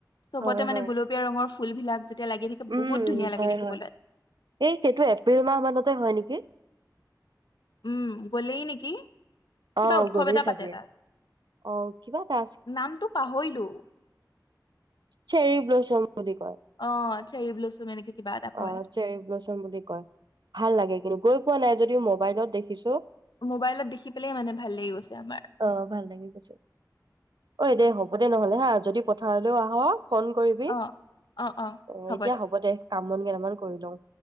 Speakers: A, on the left (about 85°); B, on the right (about 80°).
A: চবতে
B: হয়,
A: মানে
B: হয়।
A: গোলপীয়া ৰঙৰ ফুল বিলাক যেতিয়া লাগি থাকে
B: উম
A: বহুত ধুনীয়া লাগে
B: হয়
A: দেখিবলৈ
B: হয় এই সেইটো এপ্ৰিল মাহ মানতে হয় নেকি? <unintelligible>
A: উম গলেই নেকি কিবা
B: অ',
A: উৎসৱ
B: গ'লেই
A: এটা
B: চাগে।
A: পাতে তাত
B: অ', কিবা এটা
A: নামটো পাহৰিলো
B: চেৰি ব্লচম বুলি কয়।
A: অ চেৰি ব্লোজম এনেকে কিবা এটা কয়
B: অ চেৰি ব্লচুম বুলি কয় ভাল লাগে কিন্তু গৈ পোৱা নাই যদিও মোবাইলত দেখিছো
A: মোবাইলত দেখি পেলাই মানে ভাল লাগি গৈছে আমাৰ
B: অ ভাল লাগি গৈছে ঐ দে হ'ব দে নহলে হা যদি পথাৰলৈও আহ ফোন কৰিবি
A: অ অ অ
B: এ
A: হ'ব
B: এতিয়া
A: দে
B: কাম বন কেইটামান কৰি লওঁ